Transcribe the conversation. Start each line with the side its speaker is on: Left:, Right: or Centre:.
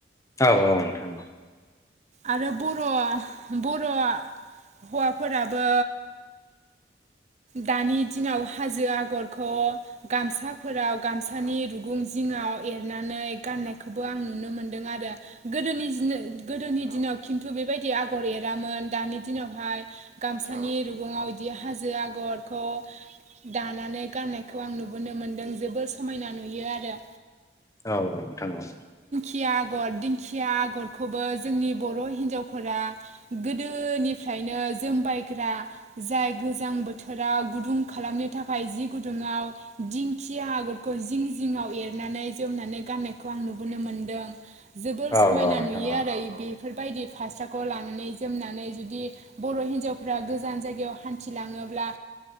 Left: औ औ नोंथां औ।
Right: आरो बर' बर' हौवाफोराबो। दानि दिनाव हाजो आगरखौ गामसाफोराव गामसानि रु गुं जिङाव एरनानै गाननायखौबो आं नुनो मोनदों आरो। गोदोनि <inaudible> गोदोनि दिनाव खिन्थु बेबायदि आगर एरामोन। दानि दिनावहाय गामसानि रुगुङाव इदि हाजो आगरखौ दानानै गाननायखौ आं नुबोनो मोनदों जोबोर समायना नुयो आरो।
Left: औ औ नोंथां औ।
Right: किया आगर दिंखिया आगरखौबो जोंनि बर' हिनजावफोरा गोदोनिफ्रायनो जोमबायग्रा जाय गोजां बोथोराव गुदुं खालामनो थाखाय जि गुदुंआव दिंखिया आगरखौ जिं जिङआव एरनानै जोमनानै गाननायखौ आं नुबोनो मोनदों। जोबोर
Left: औ
Right: समायना
Left: नोंथां
Right: नुयो
Left: औ
Right: आरो बे बेफोरबायदि फास्राखौ लानानै जोमनानै जुदि बर' हिनजावफ्रा गोजान जायगायाव हान्थिलाङो अब्ला